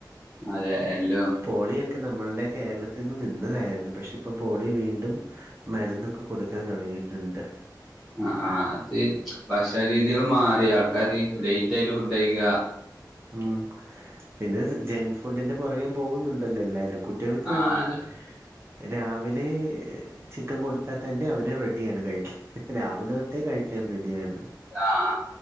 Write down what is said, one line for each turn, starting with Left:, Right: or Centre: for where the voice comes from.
Centre: അതെ എല്ലേ.
Right: പോളിയൊക്കെ നമ്മളുടെ കേരളത്തിൽ നിന്ന് നിന്നതായിരുന്നു പക്ഷെ ഇപ്പം പോളി വീണ്ടും. മരുന്നൊക്കെ കൊടുക്കാൻ തുടങ്ങിയിട്ടുണ്ട്.
Centre: ആഹ് ആഹ് അത് ഭക്ഷണ രീതികള് മാറി ആൾക്കാര് ലേറ്റ് ആയിട്ട് ഫുഡ് കൈക.
Right: ഉം പിന്നെ ജങ്ക് ഫുഡിന്റെ പുറകേ പോകുന്നുണ്ടല്ലോ എല്ലാരും. കുട്ടോൾക്കാണെങ്കിലും.
Centre: ആ അതന്നെ.
Right: രാവിലെ ചിക്കൻ കൊടുത്താൽ തന്നെ അവരെ റെഡിയാണ് കഴിക്ക രാവിലെ തൊട്ടേ കഴിക്കാൻ റെഡിയാണ്.
Centre: ആഹ്.